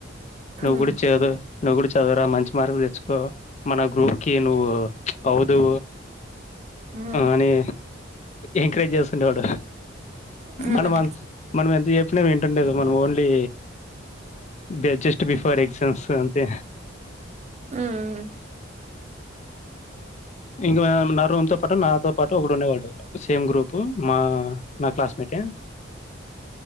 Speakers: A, on the left; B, on the right.
A: నువ్వు
B: ఉమ్
A: కూడా చేయదు నువ్వు కూడా చదువరా మంచి మార్క్ తెచ్చుకో మన గ్రూప్కి నువ్వు
B: ఉమ్
A: అవదు
B: ఉమ్
A: అని ఎంకరేజ్ చేస్తుండేవాడు
B: ఉమ్
A: మనం
B: ఉమ్
A: అంత మనం ఎంత చెప్పిన వింటుండేది మనం ఓన్లీ బడ్జస్ట్ బిఫోర్ ఎగజామ్స్ అంతే
B: మ్
A: ఇంకా నా రూమ్ తో పాటు నాతో పాటు ఒకడు ఉండేవాడు సేమ్ గ్రూపు మా నా క్లాస్మేటే